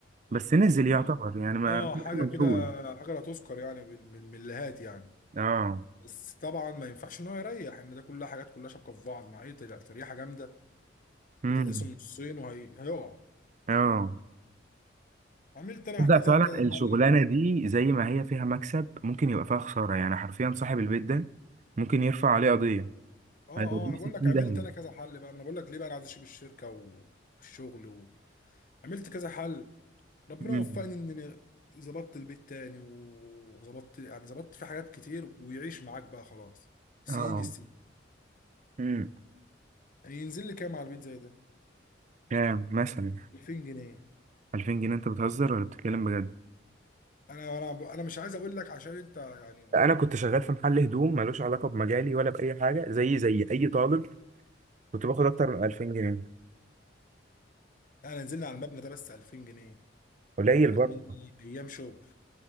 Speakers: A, on the right; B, on the left.
A: بس نزل يعتبر
B: هي-
A: يعني ما
B: اه حاجه
A: مفهوش
B: كده حاجه لا تذكر يعني بال- من المليهات يعني
A: اه
B: بس طبعا ما ينفعش ان هو يريح ان ده كلها حاجات كلها شابكه في بعض مع ايه تر- تريحه جامده
A: امم
B: بتتقسم نصين وهيقع
A: اه
B: عملت انا
A: ده
B: كذا
A: فعلا
B: كذا
A: الشغلانه
B: حل كده
A: دي زي ما هي فيها مكسب ممكن يبقى فيها خساره يعني حرفيا صاحب البيت ده ممكن يرفع عليه قضيه
B: اه
A: هيوديه
B: اه انا بقول
A: 60
B: لك عملت
A: داهيه
B: انا كذا حل بقى ما انا بقول لك ليه بقى انا عايز اسيب الشركه والشغل عملت كذا حل ربنا
A: مم.
B: وفقني ان أنا ظبطت البيت تاني و- وظبطت يعني ظبطت في حاجات كتير ويعيش معاك بقى خلاص سنين
A: اه
B: السنين
A: امم
B: يعني ينزل لي كام على البيت زي ده
A: كام مثلا
B: 2000 جنيه
A: 2000 جنيه انت بتهزر ولا بتتكلم بجد
B: انا انا انا مش عايز اقول لك عشان انت يعني
A: انا كنت شغال في محل هدوم ملوش علاقه بمجالي ولا باي حاجه زي زي اي طالب كنت باخد اكتر من 2000 جنيه
B: انا نزلنا على المبنى ده بس 2000 جنيه
A: قليل
B: خد
A: برضه
B: مني ايام شغل